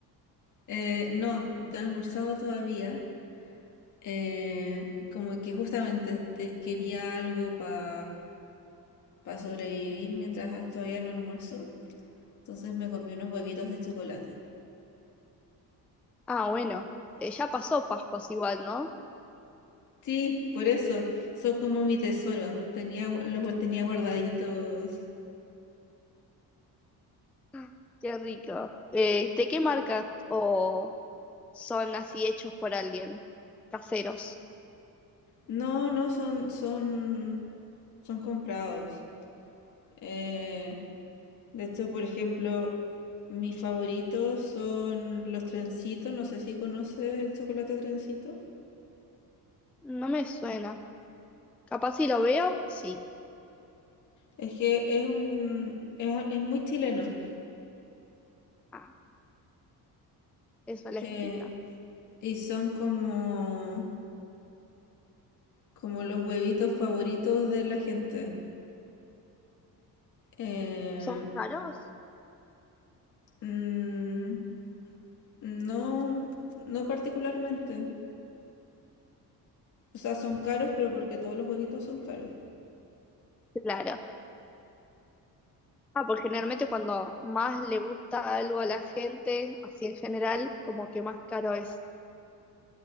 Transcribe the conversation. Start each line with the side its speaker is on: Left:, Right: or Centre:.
Left: Eh, no, no he almorzado todavía. Eh, como que justamente te- quería algo para sobrevivir mientras todavía no almuerzo. Entonces me comí unos huevitos de chocolate.
Centre: Ah, bueno, eh, ya pasó Pascuas igual, ¿no?
Left: Sí, por eso, son como mi tesoro. Tenía, gu- los gu- tenía guardaditos
Centre: Ah, Qué rico. Eh, ¿de qué marca o son así hechos por alguien? Caseros.
Left: No, no son, son, son comprados. Eh, de hecho, por ejemplo, mis favoritos son los trencitos. No sé si conoces el chocolate trencito.
Centre: No me suena. Capaz si lo veo, sí.
Left: Es que es un, es, es muy chileno.
Centre: Ah, eso le
Left: eh,
Centre: explica.
Left: y son como, como los huevitos favoritos de la gente. Eh,
Centre: ¿Son caros?
Left: mm, no, no particularmente. O sea, son caros, pero porque todos los huevitos son caros.
Centre: Claro. Ah, porque generalmente cuando más le gusta algo a la gente, así en general, como que más caro es.